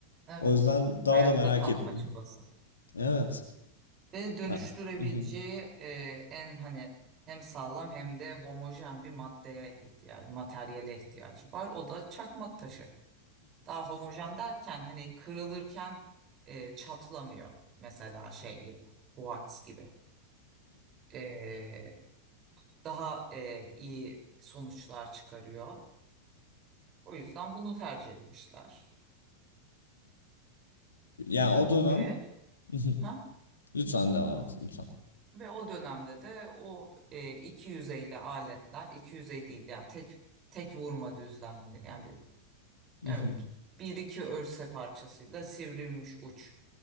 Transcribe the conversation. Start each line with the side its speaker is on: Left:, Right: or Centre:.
Right: evet.
Left: O yüzden
Right: Hayatta
Left: daha da merak
Right: kalma
Left: ettim.
Right: çabası.
Left: Evet.
Right: Ve dönüştürebileceği
Left: A- <laughs>
Right: e, en hani hem sağlam hem de homojen bir maddeye ihtiyacı, materyale ihtiyacı var. O da çakmak taşı. Daha homojen derken hani kırılırken e, çatlamıyor. Mesela şey gibi, kuartz gibi. E, daha e, iyi sonuçlar çıkarıyor. O yüzden bunu tercih etmişler.
Left: Yani o dönem
Right: Ve
Left: <laughs>
Right: ha?
Left: Lütfen devam et. Lütfen.
Right: Ve o dönemde de o e, 250 aletler, 250 değil yani tek tek vurma düzlemli yani bir,
Left: <laughs>
Right: evet bir iki örse parçasıyla sivrilmiş uç